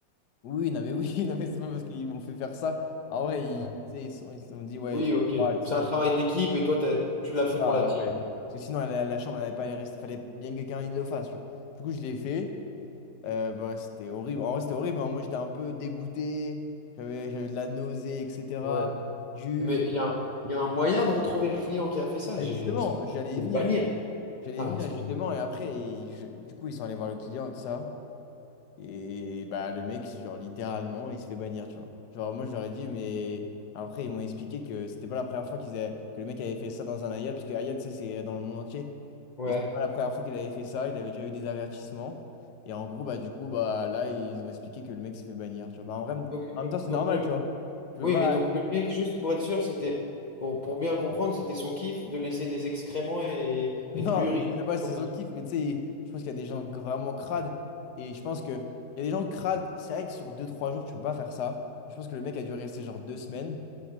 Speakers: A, on the left; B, on the left.
A: Oui, non, mais oui, <laughs> non, mais c'est pas parce
B: Ouais.
A: qu'ils m'ont fait faire ça. En vrai, ils,
B: Ouais.
A: tu sais, ils sont- ils ont dit, ouais,
B: Oui,
A: je
B: ok.
A: crois et tout
B: C'est
A: ça.
B: un travail d'équipe et toi, t'as- tu
A: C'est
B: l'as fait
A: ça,
B: pour la team.
A: vrai. Parce que sinon, la, la chambre, elle n'allait pas aller rester. Fallait bien que quelqu'un il le fasse, tu vois. Du coup, je l'ai fait. Euh, bah, ouais, c'était horrible. En vrai, c'était horrible. hein. Moi, j'étais un peu dégoûté. J'avais, j'avais de la nausée, etc.
B: Ouais.
A: J'ai eu...
B: Mais il y a,
A: Ah,
B: il y a un moyen de retrouver le client qui a fait ça.
A: bah,
B: J'ai,
A: justement,
B: je
A: j'allais
B: peux
A: y
B: le
A: venir.
B: bannir.
A: J'allais
B: Ah,
A: y venir,
B: excuse-moi.
A: justement. Et après, il- je- du coup, ils sont allés voir le client et tout ça. Et bah, le mec, c'est genre, littéralement, il se fait bannir, tu vois. Genre, moi, je leur ai dit, mais... Après, ils m'ont expliqué que c'était pas la première fois qu'ils avaient- que le mec avait fait ça dans un Hayat, parce que Hayat, tu sais, c'est dans le monde entier.
B: Ouais.
A: Et c'est pas la première fois qu'il avait fait ça, il avait déjà eu des avertissements. Et en gros, bah du coup, bah là, ils ont expliqué que le mec s'est fait bannir. Tu vois. Bah, en vrai,
B: Donc,
A: en
B: donc,
A: même temps, c'est
B: donc
A: normal,
B: le...
A: tu vois. Tu
B: Oui,
A: peux pas.
B: mais
A: <laughs>
B: donc le mec, juste pour être sûr, c'était, pour, pour bien comprendre, c'était son kiff de laisser des excréments et,
A: Non,
B: et de l'urine.
A: mais je sais pas, si
B: Ouais.
A: c'est son kiff, mais tu sais, il- je pense qu'il y a des gens vraiment crades. Et je pense que il y a des gens crades. C'est vrai que sur deux trois jours, tu peux pas faire ça. Je pense que le mec a dû rester genre deux semaines.